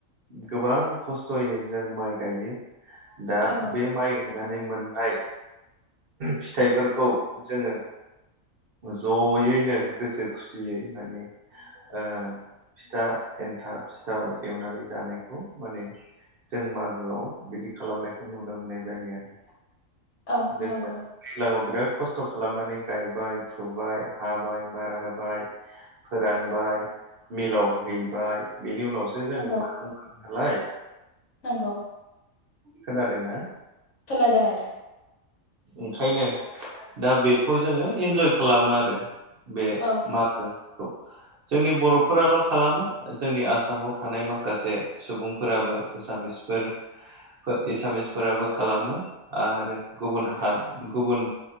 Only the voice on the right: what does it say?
गोबां खस्थ'यै जों माइ गायो। बा
बे माइ गाय माने मोननाय फिथाइफोरखौ जोङो जयैनो गोसो खुसियै माने ओहो फिथा एन्थाब, सिथाव एवनानै जानायखौ माने जों मागोआव बिदि खालामनायखौ नुनो मोननाय जायो आरो।
जोङो
दैलाङाव बिराद खस्थ' खालामनानै गायबाय फुबाय हाबाय मारा होबाय फोरानबाय मिलाव हैहैबाय बेनि उनावसो जोङो
माइरंनो लाय
खोनादोंना?
ओंखायनो दा बेखौ जोङो इन्जय खालामो आरो। बे
मागो जोंनि बर'फोराल' खालामा जोंनि आसामाव थानाय माखासे सुबुंफोराबो एसामिसफोर एसामिसफोराबो खालामो आरो गुबुन ह गुबुन